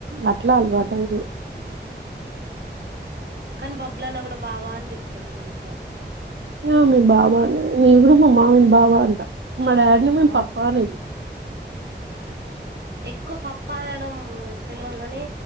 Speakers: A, on the right; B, on the right.
A: అట్లా అల్వట్ <unintelligible>
B: కానీ బబ్బులు అన్నా కూడా బాబ అని పిలుతాడు మంచిగా
A: ఆ మీ బావ అని నే కూడాడు మా మావని బావ అంటా మా డాడీని మేము
B: అదే
A: పప్పా అనే
B: ఎక్కువ పప్ప అనడం తెలియదు కాగాని